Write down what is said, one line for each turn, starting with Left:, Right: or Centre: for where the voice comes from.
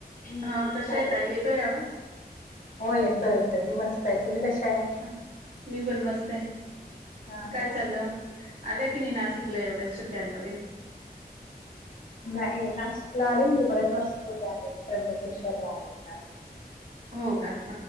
Left: हम्म,
Right: हा
Left: नमस्कार
Right: कशा येतय
Left: ताई.
Right: येतोय आवाज.
Left: हो येतोय
Right: हम्म हम्म
Left: येतोय मी मस्त आहे तुम्ही कशा आहे?
Right: मी पण मस्त
Left: हा
Right: काय
Left: हा
Right: चाललं. आलं की नाही नाशिकला एवढ्या सुट्ट्यांमध्ये
Left: नाही नाशिकला आलेल मी बऱ्याच वर्षपूर्वी आलेल त्र्यंबकेश्वरला आलेल नाशिकला.
Right: हो का.